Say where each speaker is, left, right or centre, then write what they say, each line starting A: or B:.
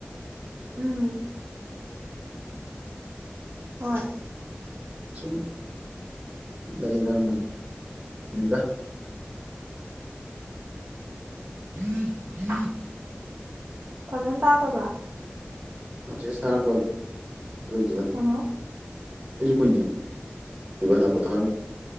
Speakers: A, on the right (about 70°); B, on the right (about 45°).
A: ꯎꯝ ꯍꯣꯏ
B: ꯁꯨꯝ ꯂꯩꯔꯝꯕꯅꯤꯗ
A: <unintelligible> ꯐꯖꯅ ꯇꯥꯗꯕ꯭ꯔꯥ
B: ꯃꯦꯁꯦꯁ ꯊꯥꯔꯛꯄꯠ ꯑꯗꯨꯗꯨꯗ
A: ꯍꯜꯂꯣ
B: ꯑꯩꯖꯨ ꯀꯨꯏꯗ꯭ꯔꯤ ꯕ ꯍꯜꯂꯛꯄ ꯊꯥꯡꯃꯩ